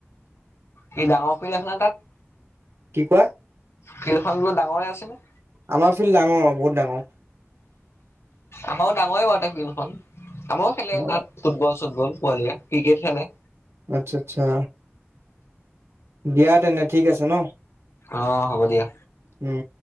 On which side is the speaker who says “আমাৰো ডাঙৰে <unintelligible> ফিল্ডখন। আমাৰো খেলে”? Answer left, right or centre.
Left